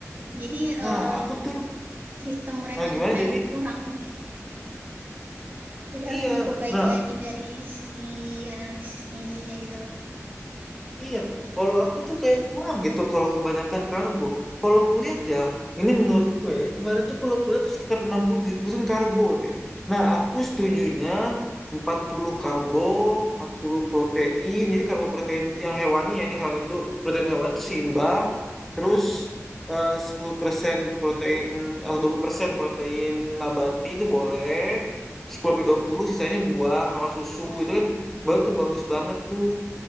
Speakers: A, on the right (about 35°); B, in the centre.
A: Jadi
B: Nah,
A: eh,
B: aku tuh,
A: sistem mereka
B: nah gimana
A: tuh kayak
B: jadi?
A: kurang sih. Jadi
B: Iya,
A: harus diperbaiki
B: nah
A: lagi dari si analisis gizinya gitu loh.
B: Iya, kalau aku tuh kayak kurang gitu kalau kebanyakan karbo. Kalau kuliah ya, ini menurutku ya, ini kemarin tuh kalau kuliah tuh sekitar enam puluh tujuh puluh persen karbo deh. Nah, aku setujunya 40 karbo, 40 protein. Jadi karbo protein yang hewani ya, ini hewani dulu. Protein hewani itu seimbang. Terus eh, 10% protein atau 20% protein nabati itu boleh. sepuluh sampai dua puluh sisanya buah sama susu. Itu kan baru tuh bagus banget tuh.